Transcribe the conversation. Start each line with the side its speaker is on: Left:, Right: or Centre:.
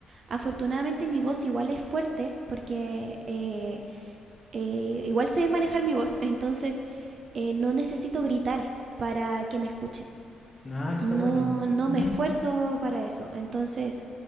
Right: Afortunadamente mi voz igual es fuerte porque eh, eh, igual sé manejar mi voz, <laughs> entonces eh, no necesito gritar para que me escuchen.
Left: no, está
Right: No,
Left: bueno.
Right: no
Left: Ujú,
Right: me esfuerzo para eso. Entonces